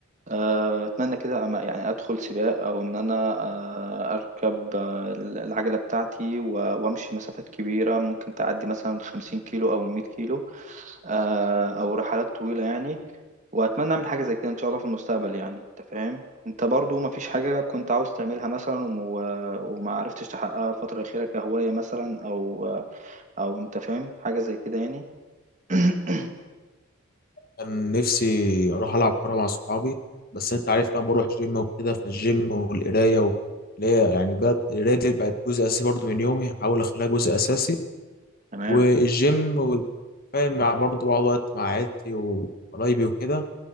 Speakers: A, on the right; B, on the left.
A: آه، اتمنى كده أما يعني ادخل سباق او ان انا آه، اركب آه، العجله بتاعتي و- وامشي مسافات كبيره ممكن تعدي مثلا 50 كيلو او 100 كيلو آه، او رحلات طويله يعني واتمنى اعمل حاجه زي كده ان شاء الله في المستقبل يعني انت فاهم انت برضو ما فيش حاجه كنت عاوز تعملها مثلا وم- وما عرفتش تحققها الفتره الاخيره كهوايه مثلا او او انت فاهم حاجه زي كده يعني <clears throat>
B: كان نفسي اروح العب كوره مع صحابي بس انت عارف لما بروح جيم وكده فالجيم والقرايه و... اللي هي يعني بقت القرايه دي بقت جزء اساسي برضه من يومي هحاول اخليها جزء اساسي
A: تمام
B: والجيم والفاهم برضه بقعد وقت مع عيلتي وقرايبي وكده